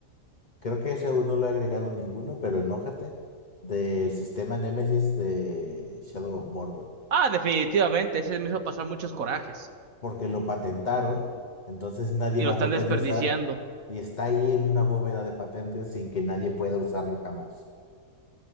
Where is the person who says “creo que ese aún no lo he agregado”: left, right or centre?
Left